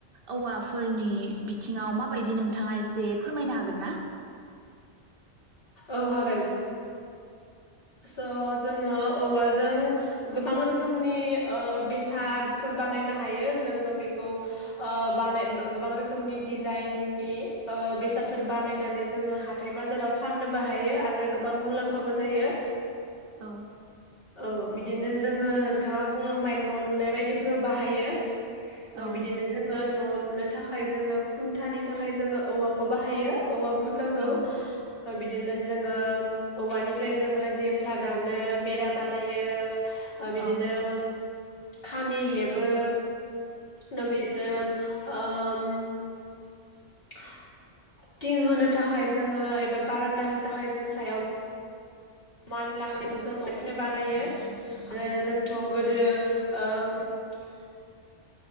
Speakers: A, on the right (about 55°); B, on the left (about 55°).
A: औवाफोरनि बिथिङाव माबायदि नोंथाङा एसे फोरमायनो हागोन ना?
B: औ हागोन स' जोङो औवाजों गोबां रोखोमनि ओ बेसादफोर बानायनो हायो जोङो बेखौ ओ बानाय गोबां रोखोमनि डिजाइननि ओ बेसादफोर बानायनानै जोङो हाथाय बाजाराव फाननोबो हायो आरो गोबां मुलाम्फाबो जायो।
A: औ
B: औ बि दिनो जोङो नोंथाङा बुंलांबाय न' लुनाय बायदिफोराव बाहायो।
A: औ
B: ओ बिदिनो जोङो न' लुनो थाखाय जोङो खुन्थानि थाखाय जोङो औवाखौ बाहायो औवा खुरखाखौ
A: औ
B: ओ बिदिनो जोङो औवानिफ्राय जोङो जेमफ्ला दानो बेरा बानायो। ओ बिदिनो
A: औ
B: खामि हेबो। द बिदिनो ओम। <unintelligible> थिं होनो थाखाय जोङो एबा बारान्दा होनो थाखाय जोङो सायाव मान लाखनायखौ जों ओखिनो बानायो आरो जों थ' गोदो ओम- <unintelligible>